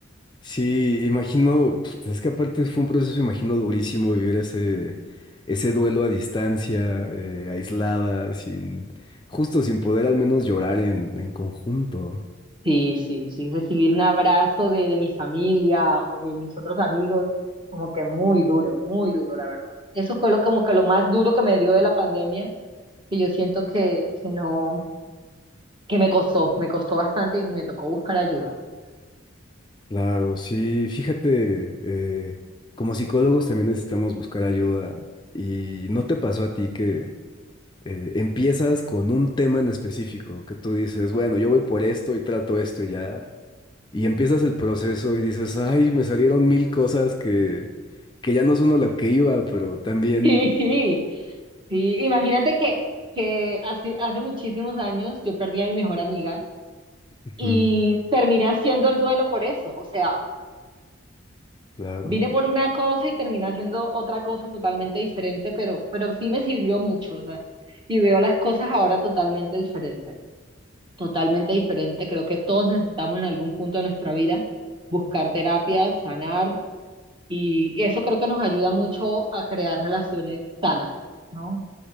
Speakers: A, on the left; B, on the right.
A: Sí, imagino, pf, es que aparte fue un proceso, imagino, durísimo vivir ese, ese duelo a distancia, eh, aislada, sin, justo sin poder al menos llorar en, en conjunto.
B: Sí, sí, sí. Recibir un abrazo de, de mi familia o de mis otros amigos, como que muy duro, muy duro, la verdad. Eso fue lo como que lo más duro que me dio de la pandemia, que yo siento que, que no, que me costó, me costó bastante y me tocó buscar ayuda. <laughs>
A: Claro, sí, fíjate, eh, como psicólogos también necesitamos buscar ayuda y ¿no te pasó a ti que eh, empiezas con un tema en específico, que tú dices, bueno, yo voy por esto y trato esto y ya, y empiezas el proceso y dices, ay, me salieron mil cosas que, que ya no son a lo que iba, pero también...
B: Sí, sí. Imagínate que, que hace, hace muchísimos años yo perdí a mi mejor amiga
A: Ujú,
B: y terminé haciendo el duelo por eso. O sea,
A: Claro,
B: Vine por una cosa y terminé haciendo otra cosa totalmente diferente, pero, pero sí me sirvió mucho, o sea, y veo las cosas ahora totalmente diferente, totalmente diferente. Creo que todos necesitamos en algún punto de nuestra vida buscar terapias, sanar, y eso creo que nos ayuda mucho a crear relaciones sanas, ¿no?